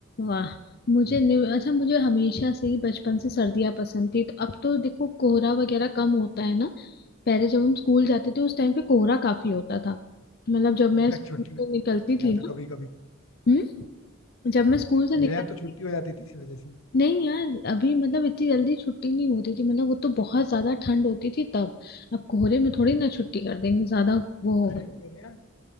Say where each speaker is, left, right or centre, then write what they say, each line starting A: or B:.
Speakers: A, on the left; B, on the left.
A: वाह मुझे न्यू अच्छा मुझे हमेशा से ही बचपन से सर्दियाँ पसंद थी तो अब तो देखो कोहरा वगैरह कम होता है ना पहले जब हम स्कूल जाते थे उस टाइम पे कोहरा काफी होता था मतलब जब
B: इनफैक्ट
A: मैं स्कूल
B: छुट्टी
A: से
B: में
A: निकलती
B: गया
A: थी
B: तो
A: ना
B: कभी कभी
A: हम्म जब मैं स्कूल से
B: मेरे
A: निकलती
B: यहाँ तो छुट्टी हो जाती थी इसी वजह से
A: नहीं यार अभी मतलब इतनी जल्दी छुट्टी नहीं होती थी मतलब वो तो बहुत ज्यादा ठंड होती थी तब अब कोहरे में थोड़ी ना छुट्टी कर देंगे ज्यादा वो होगा
B: अरे मेरे यहाँ